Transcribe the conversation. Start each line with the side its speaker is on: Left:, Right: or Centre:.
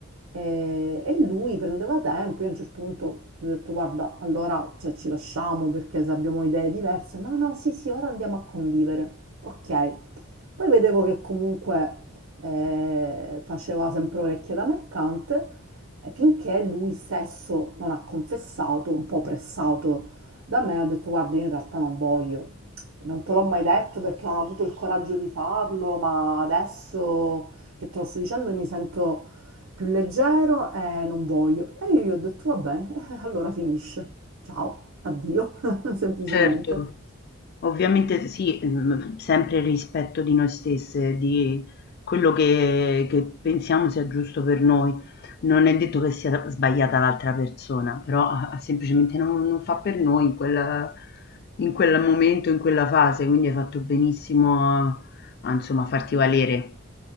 Right: E, e lui prendeva tempo, io a un certo punto gli ho detto guarda, allora cioè, ci lasciamo perché se abbiamo idee diverse, no, no, sì, sì, ora andiamo a convivere, ok. Poi vedevo che comunque eh, faceva sempre orecchie da mercante, eh, finché lui stesso non ha confessato, un po' pressato da me, ho detto guarda, io in realtà non voglio, non te l'ho mai detto perché non ho avuto il coraggio di farlo, ma adesso che te lo sto dicendo mi sento più leggero e non voglio. E io gli ho detto va bene, <laughs> allora finisce. Ciao, addio, <laughs> semplicemente.
Left: certo. Ovviamente sì, mhmm, sempre il rispetto di noi stesse, di quello che che pensiamo sia giusto per noi. Non è detto che sia sbagliata l'altra persona, però, eh, semplicemente non non fa per noi in quel in quel momento, in quella fase, quindi hai fatto benissimo a a insomma farti valere.